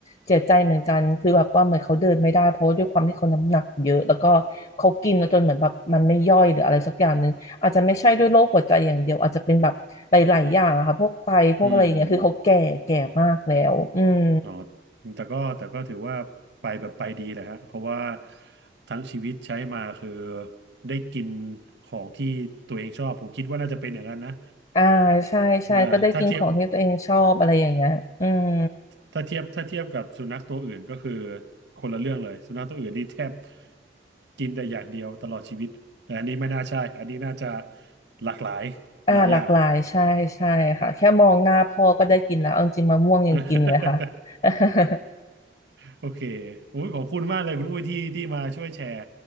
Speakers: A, on the left (about 40°); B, on the right (about 70°).
A: เจ็บใจเหมือนกันคือแบบว่าเหมือนเขาเดินไม่ได้เพราะว่าด้วยความที่เขาน้ำหนักเยอะแล้วก็เขากินแล้วจนเหมือนแบบมันไม่ย่อยหรืออะไรสักอย่างหนึ่งอาจจะไม่ใช่ด้วยโรคหัวใจอย่างเดียวอาจจะเป็นแบบหลายๆอย่างอะค่ะพวกไตพวกอะไรอย่างเงี้ยคือเขาแก่แก่มากแล้วอืม
B: อืมอ๋อแต่ก็แต่ก็ถือว่าไปแบบไปดีแหละฮะเพราะว่าทั้งชีวิตใช้มาคือได้กินของที่ตัวเองชอบ ผมคิดว่าน่าจะเป็นอย่างนั้นนะ
A: อ่าใช่ใช่ก็ได้กินของที่ตัวเองชอบอะไรอย่างเงี้ยอืม
B: เออถ้าเทียบถ้าเทียบถ้าเทียบกับสุนัขตัวอื่นก็คือคนละเรื่องเลย สุนัขตัวอื่นนี่แทบกินแต่อย่างเดียวตลอดชีวิต แต่อันนี้ไม่น่าใช่ อันนี้น่าจะหลากหลาย
A: อ่าหลากหลายใช่ใช่ค่ะแค่มองหน้าพ่อก็ได้กินแล้วเอาจริงๆมะม่วงยังกินเลยค่ะ
B: หลายอย่าง <laughs> <laughs>
A: <laughs>
B: โอเคโอ้ยขอบคุณมากเลยคุณอุ้ยที่ที่มาช่วยแชร์